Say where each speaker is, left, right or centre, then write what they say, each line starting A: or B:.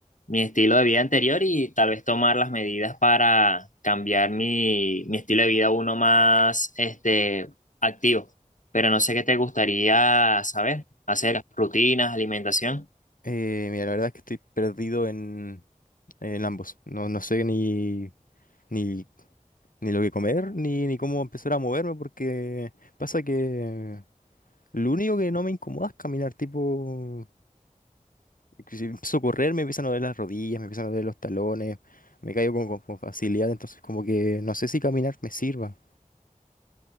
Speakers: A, on the left; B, on the left.
A: mi estilo de vida anterior y tal vez tomar las medidas para cambiar mi, mi estilo de vida a uno más este, activo. Pero no sé qué te gustaría saber, hacer rutinas, alimentación.
B: Eh, mira, la verdad es que estoy perdido en, en ambos. No, no sé ni, ni, ni lo que comer, ni, ni cómo empezar a moverme, porque pasa que lo único que no me incomoda es caminar, tipo, que si empiezo a correr me empiezan a doler las rodillas, me empiezan a doler los talones, me caigo con, con- con facilidad, entonces como que no sé si caminar me sirva.